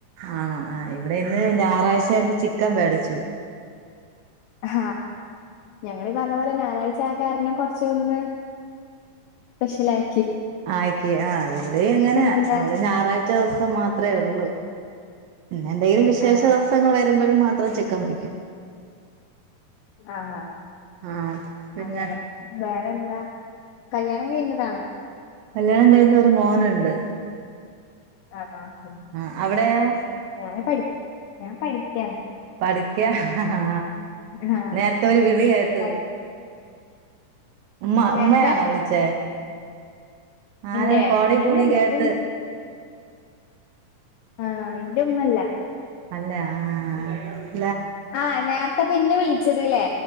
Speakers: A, on the right; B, on the left.
A: ആണോ ആ ഇവടെ ഇന്ന് ഞാറാഴ്ചായോണ്ട്
B: ആഹ്
A: ചിക്കൻ വേടിച്ചു
B: ആ ഞങ്ങളീ പർഞ്ഞ പോലെ ഞാറാഴ്ച്ചായ കാരണം കൊർച്ചൊന്ന് സ്പെഷലായി
A: ആയിക്കി ആ ഇവടേം ഇങ്ങനെ
B: ഇന്നെന്താ
A: ഇവടെ ഞായറാഴ്ച ദിവസം മാത്രെ ഉള്ളു പിന്നെന്തെങ്കിലും വിശേഷ
B: ആഹ്
A: ദിവസങ്ങൾ വരുമ്പഴും മാത്രം ചിക്കൻ വേടിക്കും
B: ആഹ ആഹ
A: ആഹ് പിന്നെ
B: അങ്ങനെ വേറെന്താ കല്യാണം കയ്ഞതാണോ
A: കല്യാണം കഴിഞ്ഞു ഒരു മോനുണ്ട്
B: ആ ആ ആ
A: ആ അവിടെയോ
B: ഞാന് പടി ഞാ പഠിക്ക്യാണ്
A: പഠിക്ക ആ
B: ആഹ്
A: നേര്ത്തെ ഒരു വിളി കേട്ടു
B: പഠി
A: ഉമ്മ
B: നേരത്തെ
A: ഉമ്മയാണോ വിളി ച്ചേ ആരോ
B: ഇന്റെ
A: ഫോണി
B: അല്ലല്ല
A: കൂടി കേട്ട്
B: ഇന്റെ ഉം ആണോ ഇന്റെ മ്മല്ല
A: അല്ല ആ ആ
B: ആ നേര്ത്തെപ്പിന്നെ വിൾച്ചത് ലെ